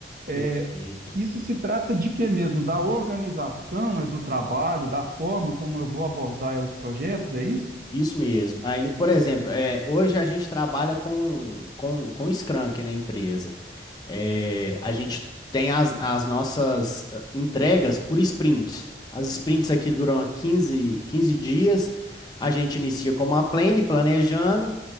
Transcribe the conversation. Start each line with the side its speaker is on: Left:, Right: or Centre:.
Right: É,
Left: perfeito.
Right: isso se trata de quê mesmo? Da organização, é do trabalho, da forma como eu vou abordar é, os projetos, é isso?
Left: Isso mesmo. Aí, por exemplo, é, hoje a gente trabalha com, com, com Scrum aqui na empresa. É, a gente tem as, as nossas eh, entregas por sprints. As sprints aqui duram quinze quinze dias. A gente inicia como uma plane, planejando.